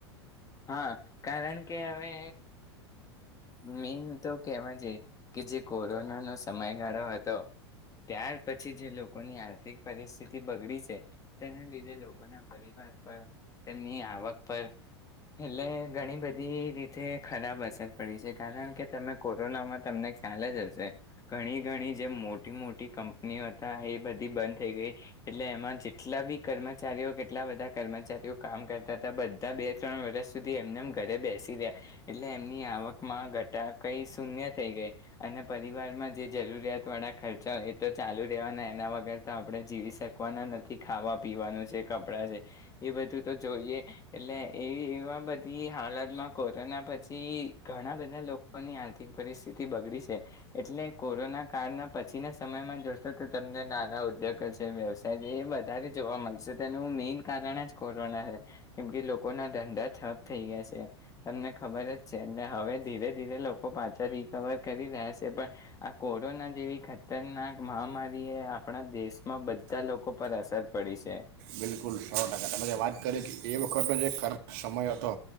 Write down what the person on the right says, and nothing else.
બિલકુલ સો ટકા તમે જે વાત કરી કે એ વખતનો જે ખરાબ સમય હતો